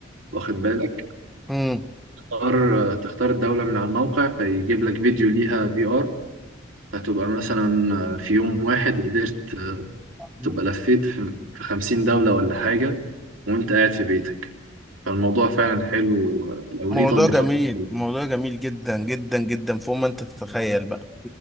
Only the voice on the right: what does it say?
واخد بالك
تختار آه، تختار الدولة من على الموقع فيجيب لك فيديو ليها في ار هتبقى مثلا آه، في يوم واحد قدرت آه،
تبقى لفيت في في خمسين دولة ولا حاجة وانت قاعد في بيتك فالموضوع فعلا حلو لو
ليه تطبيقات
كتير